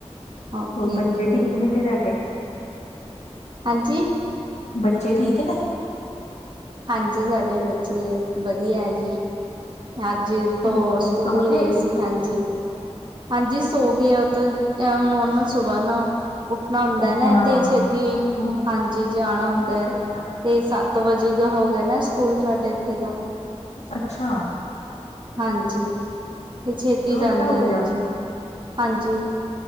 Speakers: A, on the right; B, on the left.
A: ਓਕੇ
B: ਹੋਰ ਬੱਚੇ
A: ਓਕੇ
B: ਠੀਕ ਨੇ ਜੀ ਤੁਹਾਡੇ?
A: ਹਾਂਜੀ
B: ਬੱਚੇ ਠੀਕ ਨੇ?
A: ਹਾਂਜੀ ਸਾਡੇ ਬੱਚੇ ਵਧੀਆ ਹੈ ਜੀ ਅੱਜ ਤੋਂ
B: ਕੀ
A: ਸਕੂਲ
B: ਸੌ
A: ਗਏ ਸੀ ਹਾਂਜੀ। ਹਾਂਜੀ ਸੋ ਗਏ ਤੋਂ ਹੁਣ ਉਹ ਨਾ ਸੁਬਾਹ ਨਾ, ਉੱਠਣਾ ਹੁੰਦਾ
B: ਉੱਠਣਾ
A: ਨਾ ਤੇ ਛੇਤੀ
B: ਉਹ
A: ਹਾਂਜੀ ਜਾਣਾ ਹੁੰਦਾ
B: ਅੱਛਾ
A: ਹੈ।
B: ਅੱਛਾ
A: ਤੇ ਸੱਤ ਵਜੇ ਦਾ ਹੋ ਗਿਆ ਨਾ ਸਕੂਲ ਸਾਡੇ ਇੱਥੇ ਦਾ
B: ਅੱਛਾ
A: ਹਾਂਜੀ ਤੇ ਛੇਤੀ ਜਾਂਦੇ
B: ਵਜੇ ਦਾ ਹੋ
A: ਆ
B: ਗਿਆ
A: ਜੀ ਹਾਂਜੀ